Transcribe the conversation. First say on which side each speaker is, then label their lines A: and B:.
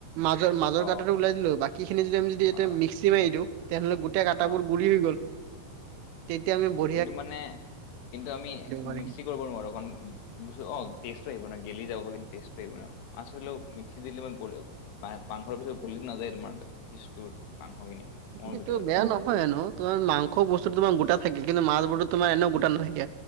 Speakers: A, on the right (about 80°); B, on the left (about 75°).
A: মাজৰ মাজৰ।
B: অ
A: কাটাটো ওলাই দিলো বাকিখিনি যদি আমি যদি
B: অ
A: এয়া মিক্সি মাৰি দিওঁ তেনেহলে গোটেই কাটা
B: অ
A: বোৰ গুড়ি হৈ গ'ল। তেতিয়া আমি বু।
B: কিন্তু মানে কিন্তু আমি
A: পাৰিম
B: মিক্সি কৰিব নোৱাৰো এ। অ টেষ্টটো আহিব ন গেলি যাব কিন্তু টেষ্টটো আহিব ন মাছ হলেও মিক্সি দিলে মই। মা মাংসৰ পিছত গলিো নাযায় তোমাৰ কিছুৰ মাংসখিনি। মোৰ
A: সেইটো
B: ভিতৰত
A: বেয়া নহয়নো। তোম মাংস্তু তোমাৰ গোটা থাকে কিন্তু মাছসু তোমাৰ এনেও গোটা নাথাকে